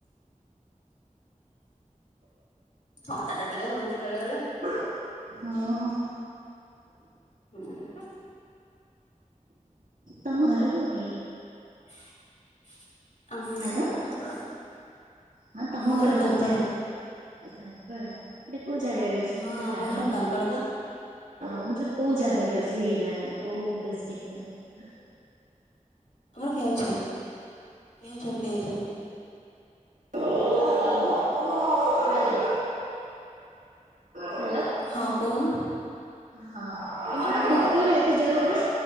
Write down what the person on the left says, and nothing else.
ଥଣ୍ଡା ଟା ଟିକେ ହଉଛି ବେଳେ ବେଳେ
ହୁଁ।
<unintelligible>
ଘର ନା ଖାଲପାଳ
ଆମ
ଖାଲପାଳ
ହଁ
ଆମ
ଘର ଖାଲପାଳ ବା
ଆମର କେଉଁଝର କେଉଁଝର କେଉଁଝର।
ହଁ କହୁନ।
ହଁ
କୁହ